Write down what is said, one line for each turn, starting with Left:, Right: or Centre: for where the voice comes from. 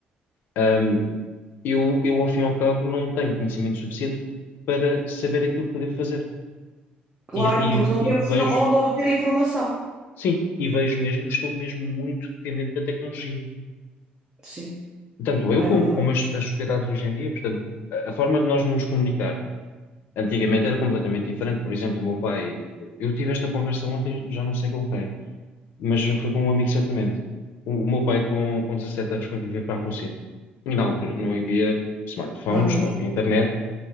Left: ahm, eu, eu, ao fim e ao cabo, não tenho conhecimento suficiente para saber aquilo que devo fazer.
Right: Claro,
Left: E, e-
Right: porque não
Left: e
Right: temos
Left: vejo,
Right: no- onde obter informação.
Left: sim, e vejo mesmo que estou mesmo muito dependente da tecnologia.
Right: Sim.
Left: Tanto eu
Right: É
Left: como,
Right: verdade.
Left: como as, as sociedades hoje em dia, portanto, a a forma de nós nos comunicarmos Antigamente era completamente diferente. Por exemplo, o meu pai, eu tive esta conversa ontem, já não sei com quem, mas foi com um amigo certamente. O, o meu pai, com, com 17 anos, foi viver para a Rússia. E na altura não havia smartphones,
Right: Ah, pois.
Left: não havia internet.